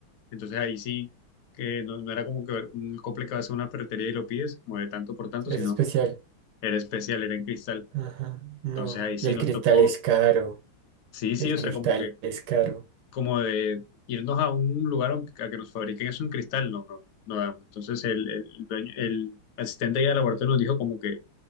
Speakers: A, on the left (about 70°); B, on the right (about 75°).
A: entonces ahí sí, que no, no era como que un acople que vas a una ferretería y lo pides, como de tanto por tanto,
B: es
A: sino
B: especial.
A: era especial, era en cristal,
B: Ajá, no.
A: entonces ahí sí
B: Y el
A: nos
B: cristal
A: tocó,
B: es caro,
A: sí, sí,
B: el
A: o
B: cristal
A: sea, como que
B: es caro.
A: como de irnos a un lugar aunque- a que nos fabriquen eso en cristal, no, no, no damos. Entonces el, el dueño- el asistente allá del laboratorio nos dijo como que